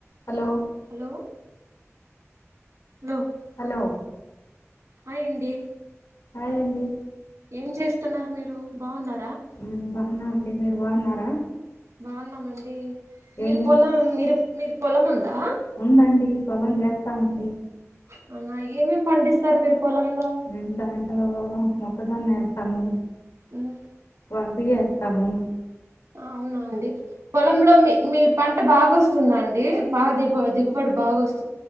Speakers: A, on the left; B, on the right.
A: Hello
B: hello లో
A: hello
B: ఆయండి
A: అయండి
B: ఏం చేస్తున్నారు మీరు బావున్నా
A: మ్మ్ బాగున్నా వండి మీరు బాగున్నారా
B: బాగున్నామండి
A: ఏం
B: మీరు
A: చే
B: పోలో మీరు మీరు పొలముందా
A: ఉందండి పొలం జేస్తామండి
B: అవునా ఏమేమేం పండిస్తారు మీరు పొలం
A: మేము దాంటో మొక్కజొన్న వేస్తాము
B: ఉనా
A: పంచిగే యేస్తాము
B: అవునా అండి పొలంలో మీ మీ పంట బాగొస్తుందా అ అంటే బా దిగు దిగుబడి బాగా వస్తంది